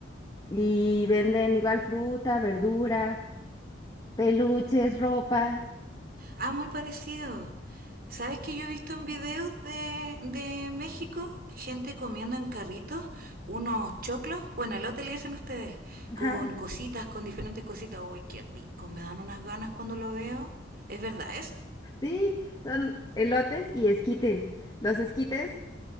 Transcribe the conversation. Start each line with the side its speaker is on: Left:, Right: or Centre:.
Left: Y venden igual fruta, verdura, peluches, ropa.
Right: Ah, muy parecido. ¿Sabes que yo he visto en videos de, de México gente comiendo en carritos unos choclos? Bueno, elote le dicen ustedes,
Left: Ajá.
Right: con cositas, con diferentes cositas. ¡Uy, qué rico! Me dan unas ganas cuando lo veo. ¿Es verdad eso?
Left: Sí, son elotes y esquites. Los esquites